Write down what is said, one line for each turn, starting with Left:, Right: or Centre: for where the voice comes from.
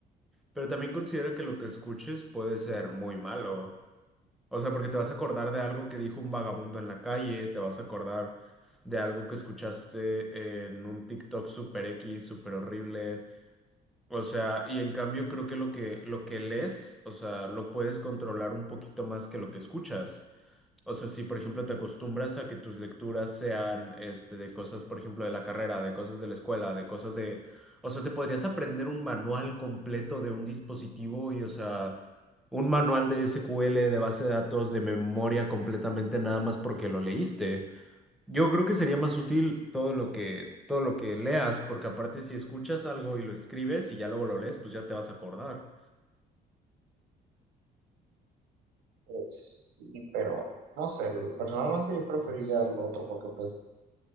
Centre: Pero también considera que lo que escuches puede ser muy malo. O sea, porque te vas a acordar de algo que dijo un vagabundo en la calle, te vas a acordar de algo que escuchaste en un TikTok super X, super horrible. O sea, y en cambio creo que lo que lo que lees, o sea, lo puedes controlar un poquito más que lo que escuchas. O sea, si por ejemplo te acostumbras a que tus lecturas sean este de cosas, por ejemplo, de la carrera, de cosas de la escuela, de cosas de, o sea, te podrías aprender un manual completo de un dispositivo y, o sea, un manual de SQL, de base de datos, de memoria completamente nada más porque lo leíste. Yo creo que sería más útil todo lo que, todo lo que leas, porque aparte si escuchas algo y lo escribes y ya luego lo lees, pues ya te vas a acordar.
Right: Pues sí, pero no sé, personalmente yo preferiría lo otro porque pues,